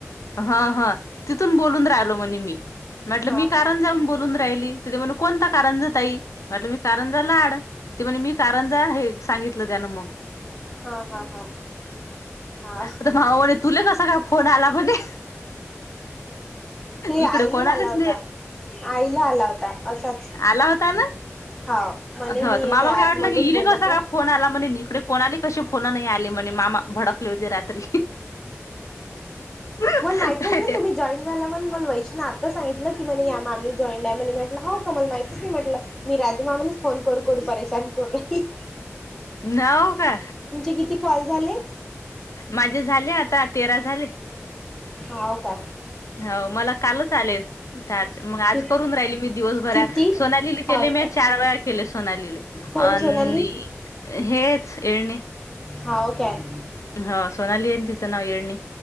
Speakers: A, on the left; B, in the centre.
A: हा हा तिथून बोलून राहिलो म्हणे मी म्हटलं
B: हा
A: मी कारण
B: हा
A: जाऊन बोलून राहिली ते तर म्हणू कोणता कारणजा ताई म्हटलं मी कारणजाला आड. ते म्हणज मी कारण जा हे सांगितलं त्यानं मग.
B: हा हा हा हा
A: आता मामा म्हणे तुला कसा काय फोन आला म्हणे.
B: ते आईली
A: इकडे कोणालाच
B: आला होता.
A: नाही
B: आईला आला होता असाच.
A: आला होता ना
B: हा म्हणे
A: हो
B: मी
A: तर मामाला
B: त्या
A: काय
B: ऍप
A: वाटलं
B: मधून
A: की इले
B: बोलत
A: कसा
B: आहे.
A: काय फोन आला म्हणजे इकडे कोणाली कशी फोन नाही आली म्हणज मामा भडक. भडकले होते रात्री. काय
B: मण माहितच नाही तुम्ही जॉईन. झालं मण मला वैशीने आत्ता सांगितलं की म्हणे या मामी जॉईंट आहे म्हणे म्हटलं हो का मला माहीतच नाही म्हटलं. मी राजमामालाच फोन करू करू परेशान करू र''--''
A: नाव का.
B: किती कॉल झाले
A: माझे झाले आता तेरा झाले.
B: हो काय.
A: हो मला काल चालेत. ता आज
B: कि
A: करून राहिली मी दिवसभरात
B: किती
A: सोनालीला
B: हाव
A: केले मी
B: का
A: चार वेळा. केले सोन आलेले
B: कोण
A: आणि
B: सोनाली
A: हेच येळणे.
B: हाव काय.
A: हा सोनाली आहे तिचं नाव येळणी.